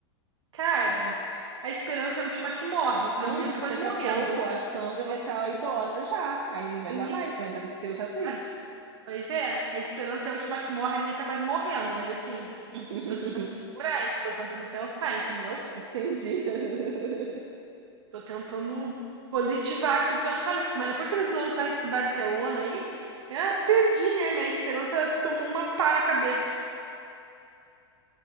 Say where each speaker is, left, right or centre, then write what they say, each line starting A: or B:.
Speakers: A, on the right (about 80°); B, on the right (about 70°).
A: Cara, a esperança é a última que morre.
B: Não,
A: A minha
B: gente,
A: tá quase
B: que daqui
A: morrendo.
B: a pouco a Sandra
A: A
B: vai estar idosa já. Aí não vai dar
A: minha.
B: mais, né? Vai ter que ser outra atriz.
A: assim, Pois é, a esperança é a última que morre, a minha tá quase morrendo, mas assim,
B: <laughs>
A: tô tentando me segurar, hein? tô tentando pensar, entendeu?
B: Entendi. <laughs>
A: Tô tentando positivar aqui o pensamento. Mas depois que eles lançaram esse Barcelona aí, eu perdi, né? Minha esperança tomou uma pá na cabeça.